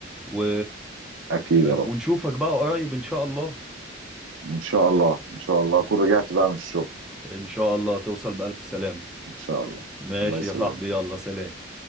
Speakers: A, in the centre; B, on the right (about 85°).
A: و...
B: اكيد يا رب
A: ونشوفك بقى قريب ان شاء الله
B: ان شاء الله ان شاء الله اكون رجعت بقى من الشغل
A: ان شاء الله توصل بألف سلام
B: ان شاء الله
A: ماشي
B: الله يسلمك
A: يا صاحبي يلا سلام